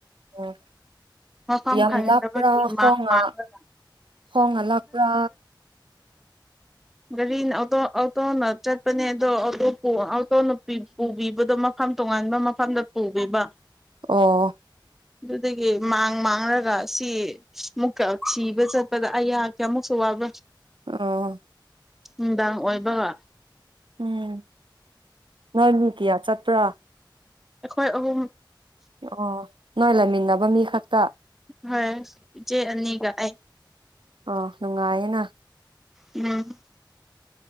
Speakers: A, on the right; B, in the centre.
A: ꯑꯣ
B: ꯃꯐꯝ
A: ꯌꯥꯝ
B: ꯈꯪꯗꯕꯒꯤ
A: ꯂꯥꯞꯄ꯭ꯔꯥ ꯈꯣꯡꯅ
B: ꯃꯥꯡ ꯃꯥꯡꯂ
A: ꯈꯣꯡꯅ ꯂꯥꯛꯄ꯭ꯔꯥ
B: ꯒꯥꯔꯤꯅ ꯑꯣꯇꯣꯅ ꯆꯠꯄꯅꯦ ꯑꯗꯣ ꯑꯣꯇꯣꯅ ꯄꯨꯕꯤꯕꯗꯣ ꯃꯈꯥ ꯃꯐꯝ ꯇꯣꯉꯥꯟꯕ ꯃꯐꯝꯗ ꯄꯨꯕꯤꯕ
A: ꯑ
B: ꯑꯗꯨꯗꯒꯤ ꯃꯥꯡ ꯃꯥꯡꯔꯒ ꯁꯤ ꯃꯨꯛꯀ ꯊꯤ ꯆꯠꯄꯗ ꯑꯩꯍꯥꯛ ꯀꯦꯃꯨꯛꯁꯨ ꯋꯥꯕ꯭ꯔꯥ
A: ꯑ
B: ꯅꯨꯡꯗꯥꯡ ꯑꯣꯏꯕꯒ
A: ꯎꯝ ꯅꯣꯏꯃꯤꯗꯤꯌꯥ ꯆꯠꯄ꯭ꯔꯥ
B: ꯑꯩꯈꯣꯏ ꯑꯍꯨꯝ
A: ꯑꯣ ꯅꯣꯏ ꯂꯩꯃꯤꯟꯅꯕ ꯃꯤ ꯈꯛꯇ
B: ꯍꯣꯏ ꯏꯆꯦ ꯑꯅꯤꯒ ꯑꯩ
A: ꯑ ꯅꯨꯡꯉꯥꯏꯌꯦꯦꯅ
B: ꯎꯝ